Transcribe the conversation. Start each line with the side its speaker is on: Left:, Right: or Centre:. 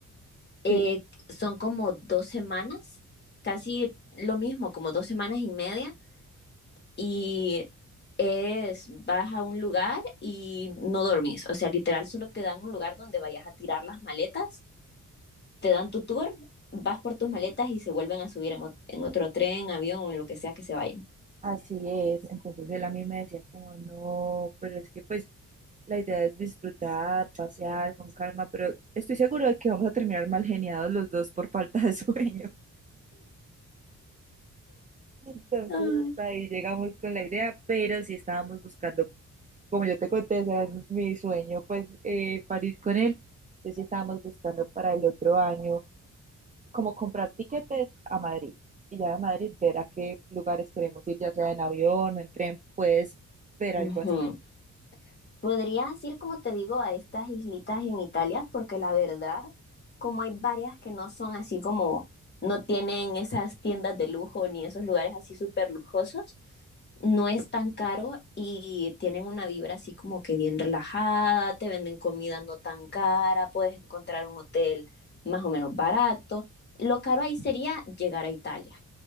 Left: Eh,
Right: Sí,
Left: son como dos semanas, casi lo mismo, como dos semanas y media. Y es, vas a un lugar y no dormís. O sea, literal, solo te dan un lugar donde vayas a tirar las maletas, te dan tu tour, vas por tus maletas y se vuelven a subir en, ot- en otro tren, avión o en lo que sea que se vayan.
Right: Así es, entonces él a mí me decía como no, pero es que pues la idea es disfrutar, pasear con calma, pero estoy seguro de que vamos a terminar mal geniados los dos por falta de <laughs> sueño. Entonces
Left: Ah,
Right: hasta ahí llegamos con la idea, pero sí estábamos buscando, como yo te conté, ese era mi sueño, pues eh, París con él. Entonces sí estábamos buscando para el otro año, como comprar tiquetes a Madrid y ya de Madrid ver a qué lugares queremos ir, ya sea en avión o en tren, puedes ver
Left: Ujú.
Right: algo así.
Left: Podrías ir, como te digo, a estas islitas en Italia, porque la verdad, como hay varias que no son así como, no tienen esas tiendas de lujo ni esos lugares así súper lujosos, no es tan caro y tienen una vibra así como que bien relajada, te venden comida no tan cara, puedes encontrar un hotel más o menos barato. Lo caro ahí sería llegar a Italia,